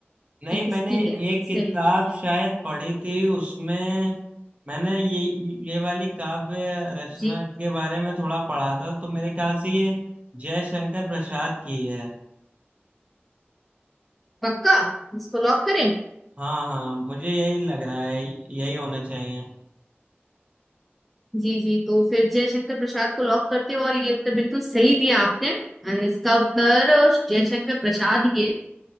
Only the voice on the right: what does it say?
नहीं
मैंने
एक
किताब
शायद पढ़ी थी उसमें मैंने ये ये वाली काव्य रचना
के बारे में थोड़ा पढ़ा था तो मेरे ख्याल से ये जयशंकर प्रसाद की है
हाँ हाँ मुझे यही लग रहा है यही होना चाहिए